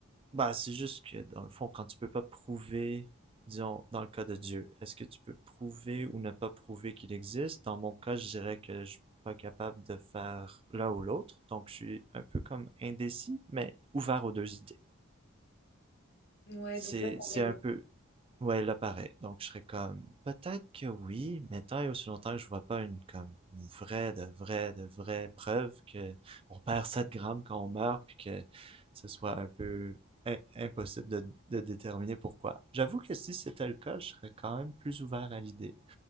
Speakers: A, on the right (about 25°); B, on the left (about 50°).
A: Bah, c'est juste que, dans le fond, quand tu peux pas prouver, disons, dans le cas de Dieu, est-ce que tu peux prouver ou ne pas prouver qu'il existe? Dans mon cas, je dirais que je suis pas capable de faire l'un ou l'autre, donc je suis un peu comme indécis, mais ouvert aux deux idées.
B: Ouais,
A: C'est,
B: donc là,
A: c'est
B: pareil.
A: un peu... Ouais, là, pareil. Donc, je serais comme, peut-être que oui, mais tant et aussi longtemps que je vois pas une, comme, une vraie, de vraie, de vraie preuve que on perd 7 grammes quand on meurt, puis que ce soit un peu im- impossible de, de déterminer pourquoi. J'avoue que si c'était le cas, je serais quand même plus ouvert à l'idée.